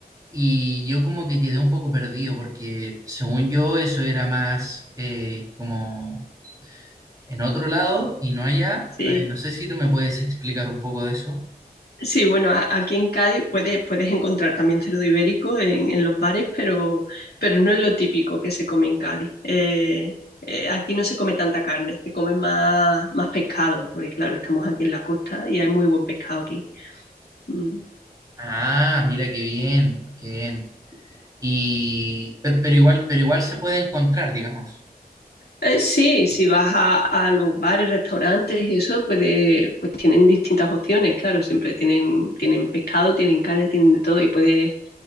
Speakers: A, on the right; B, on the left.
A: y yo como que quedé un poco perdido porque según yo eso era más eh, como en otro lado y no allá.
B: Sí,
A: Eh, no sé si tú me puedes explicar un poco de eso.
B: sí, bueno, a- aquí en Cádiz puedes, puedes encontrar también cerdo ibérico en, en los bares, pero, pero no es lo típico que se come en Cádiz. Eh, eh, aquí no se come tanta carne, se come más, más pescado, porque claro, estamos aquí en la costa y hay muy buen pescado aquí. Mm.
A: Ah, mira qué bien, qué bien. Y, pero, pero igual, pero igual se puede encontrar, digamos,
B: Eh, sí, si vas a, a los bares, restaurantes y eso, pues, de- pues tienen distintas opciones, claro, siempre tienen, tienen pescado, tienen carne, tienen de todo y puedes